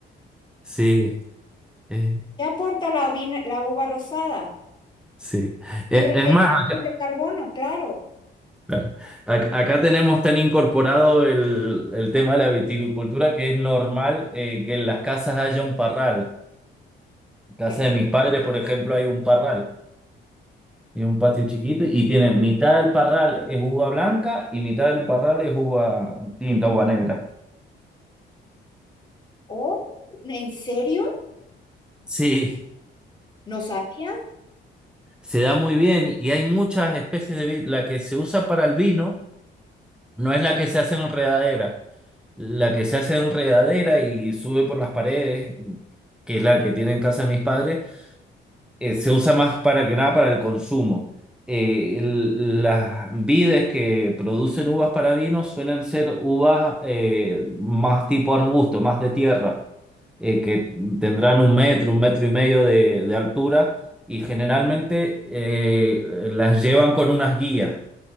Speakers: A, in the centre; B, on the left.
A: Sí, eh,
B: ¿Qué aporta la, vina- la uva rosada?
A: sí.
B: Fibra
A: Eh, es
B: de
A: más,
B: hidratos
A: acá,
B: de carbono, claro.
A: claro. Ac- acá tenemos tan incorporado el, el tema de la viticultura que es normal eh, que en las casas haya un parral. En casa
B: ¿Qué?
A: de mis padres, por ejemplo, hay un parral. Y un patio chiquito y tienen mitad del parral es uva blanca y mitad del parral es uva tinta, uva negra.
B: Oh, ¿en serio?
A: Sí,
B: No sabía.
A: se da muy bien y hay muchas especies de vid. La que se usa para el vino no es la que se hace en enredadera. La que se hace en enredadera y sube por las paredes, que es la que tienen en casa de mis padres, eh, se usa más para que nada para el consumo. Eh, el- las vides que producen uvas para vino suelen ser uvas eh, más tipo arbusto, más de tierra, eh, que tendrán un metro, un metro y medio de, de altura y generalmente eh, las llevan con unas guías.